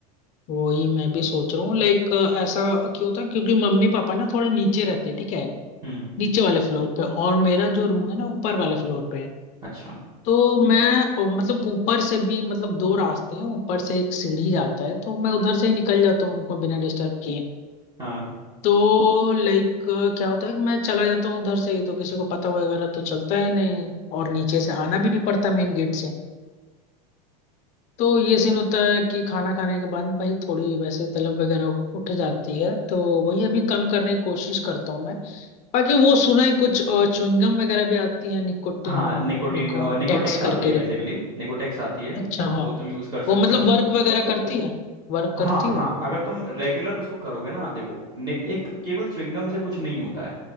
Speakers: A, on the left (about 35°); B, on the right (about 20°).
A: वही मैं भी सोच रहा हूँ लाइक ऐसा क्यों होता है क्योंकि मम्मी पापा ना थोड़े नीचे रहते हैं ठीक है
B: हम्म
A: नीचे वाले फ्लोर पे और मेरा जो रूम है ना ऊपर वाले फ्लोर पे है
B: अच्छा
A: तो मैं ओ, मतलब ऊपर से भी मतलब दो रास्ते हैं ऊपर से एक सीढ़ी जाता है तो मैं उधर से ही निकल जाता हूँ उनको बिना डिस्टर्ब किए
B: हाँ
A: तो लाइक क्या होता है कि मैं चला जाता हूँ उधर से ही तो किसी को पता वगैरह तो चलता है नहीं और नीचे से आना भी नहीं पड़ता मेन गेट से तो ये सीन होता है कि खाना खाने के बाद भाई थोड़ी वैसे तलब वगैरह उठ जाती है तो वही अभी कम करने की कोशिश करता हूँ मैं बाकी वो सुना है कुछ चुइंगम वगैरह भी आती है निकोटिन
B: हाँ निकोटीन
A: निको
B: निकोटेक्स
A: टैक्स
B: आती
A: करके
B: है बेसिकली निकोटेक्स आती है
A: अच्छा हाँ
B: वो तुम यूज कर
A: वो
B: सकते
A: मतलब
B: हो
A: वर्क वगैरह करती है वर्क
B: हाँ
A: करती है
B: हाँ
A: वो
B: अगर तुम रेगुलर उसको करोगे ना देखो ने- एक केवल च्युइंगम से कुछ नहीं होता है